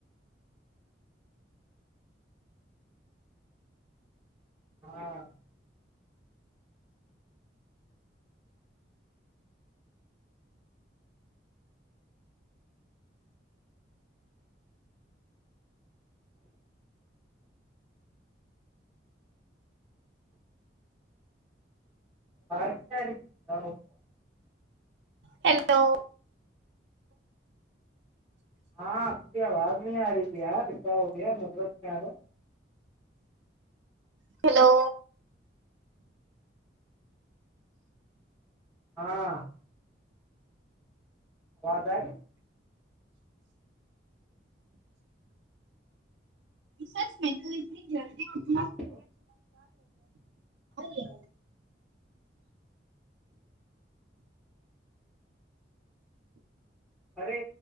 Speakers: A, in the centre; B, on the right.
A: ہاں <unintelligible>
B: ہیلو
A: ہاںھی آواز نہیں <unintelligible>
B: ہیلو
A: ہاں آواز ارہی
B: سچ میں تو اتنی جلدی
A: ہیلو
B: <unintelligible>
A: ارے